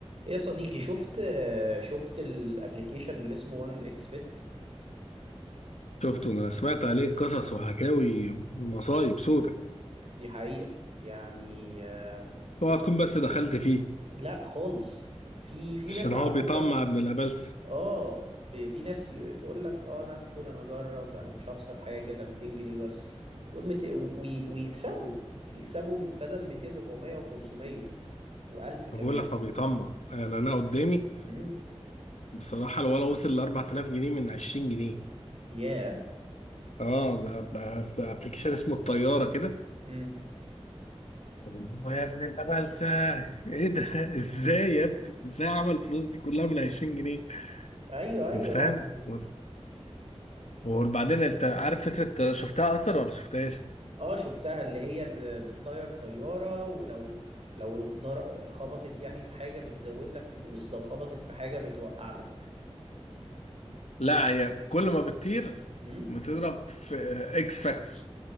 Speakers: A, on the right; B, on the left.
A: يا صديقي شفت شفت الابليكيشن اللي اسمه 1 اكس بت
B: شفته انا سمعت عليه قصص وحكاوي مصايب سودة
A: دي حقيقة يعني آم،
B: اوعى تكون بس دخلت فيه
A: لا خالص في في
B: عشان
A: ناس
B: هو
A: على
B: بيطمع
A: فكرة
B: ابن الابلسه
A: اه ب- في ناس ي- تقول لك اه انا ادخل انا اجرب انا مش هخسر حاجة ده 200 جنيه بس والمت... وي... ويكسبوا يكسبوا مت- بدل 200 400 و500 و1000 كمان
B: انا بقول لك هو بيطمع يعني انا قدامي
A: امم
B: بصراحه الولا وصل ل 4000 جنيه من 20 جنيه
A: ياه
B: اه ب- ب- بابلكيشن اسمه الطياره كده
A: امم
B: آه يا ابن الابلسه ايه ده <laughs> ازاي يا ابني ازاي عمل الفلوس دي كلها من 20 جنيه
A: ايوه ايوه
B: انت فاهم
A: لا
B: و- وبعدين انت عارف فكره شفتها اصلا ولا شفتهاش
A: اه شفتها اللي هي اللي بتطير طيارة ولو لو در... خبطت يعني في حاجة بتزود لك فلوس لو خبطت في حاجة بتوقع لك
B: لا هي كل ما بتطير
A: امم
B: بتضرب في اكس فاكتور